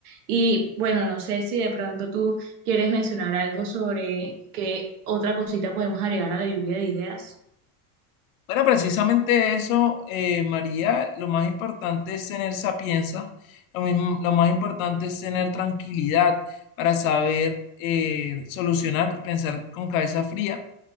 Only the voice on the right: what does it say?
Y bueno, no sé si de pronto tú quieres mencionar algo sobre qué otra cosita podemos agregar a la lluvia de ideas.